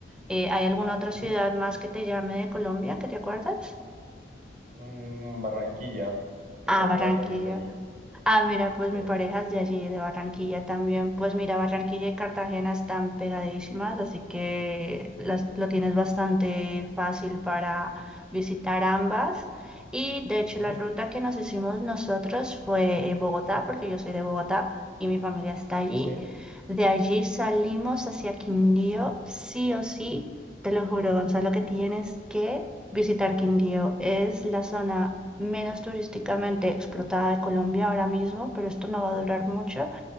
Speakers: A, in the centre; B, on the right (about 45°).
A: Eh, ¿hay alguna otra
B: ujú.
A: ciudad más que te llame de Colombia que te acuerdas?
B: Mm, Barranquilla, tengo
A: Ah,
B: una
A: Barranquilla.
B: amiga mía que es de allí.
A: Ah, mira, pues
B: Sí,
A: mi pareja es de allí, de Barranquilla también. Pues mira, Barranquilla y Cartagena están pegadísimas, así que las, lo tienes bastante fácil para visitar ambas. Y de hecho,
B: ujú,
A: la ruta que nos hicimos nosotros fue eh, Bogotá, porque yo soy de Bogotá y mi familia está allí.
B: sí,
A: De allí salimos hacia Quindío, sí o sí. Te lo juro, Gonzalo, que tienes que visitar Quindío. Es la zona menos turísticamente explotada de Colombia ahora mismo, pero esto no va a durar mucho.